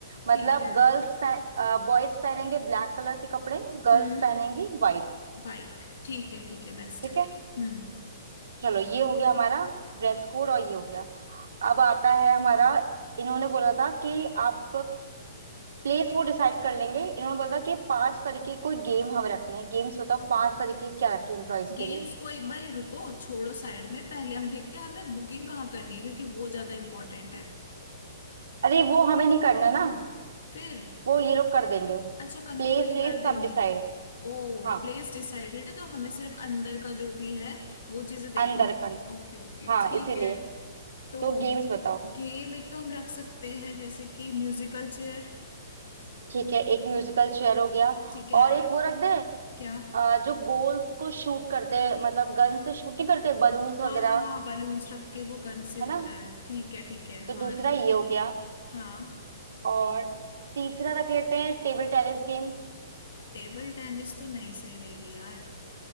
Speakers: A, on the right (about 75°); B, on the left (about 75°).
A: मतलब
B: ठीक है
A: गर्ल्स बॉयज पहनेंगे ब्लैक कलर के कपड़े गर्ल्स
B: हम्म
A: पहनेंगी वाइट
B: वाइट ठीक है ठीक है बेस्ट
A: ठीक
B: है
A: है
B: हम्म
A: चलो ये हो गया हमारा ड्रेस कोड और ये हो गया अब आता है हमारा इन्होंने बोला था कि आप प्लेस वो डिसाइड कर लेंगे इन्होंने बोला था कि पांच तरीके कोई गेम हम रखने हैं गेम्स बताओ पांच तरीके क्या रखे एम्प्लॉयज
B: गेम्स
A: के लिए
B: को एक बार ही रुको छोड़ो साइड में पहले हम देखते हैं हमें बुकिंग कहाँ करनी है क्योंकि वो ज्यादा इम्पोर्टेंट है
A: अरे वो हमें नहीं करना ना
B: फिर
A: वो ये लोग कर देंगे
B: अच्छा कंपनी
A: प्लेस
B: वाले
A: प्लेस
B: कर देंगे
A: सब डिसाइड है
B: ओ
A: हाँ
B: प्लेस डिसाइडेड है तो हमें सिर्फ अंदर का जो भी है वो चीजें देखने
A: अंदर
B: हैं
A: करना
B: ओके ओके
A: हाँ
B: ठीक
A: इसीलिए
B: है तो
A: तो गेम्स बताओ
B: गेम एक तो हम रख सकते हैं जैसे कि म्यूजिकल चेयर
A: ठीक है एक म्यूजिकल चेयर हो गया
B: ठीक है
A: और एक वो रख दे
B: क्या
A: अ, जो गोल्स को शूट करते हैं मतलब गन से शूट नहीं करते बलून्स
B: हाँ
A: वगैरह
B: हाँ हाँ बलून्स रख के वो गन से होता
A: है ना
B: है ठीक है ठीक है
A: तो
B: हाँ
A: दूसरा ये हो गया
B: हाँ
A: और तीसरा रख लेते हैं टेबल टेनिस गेम
B: टेबल टेनिस तो नहीं सही रहेगी यार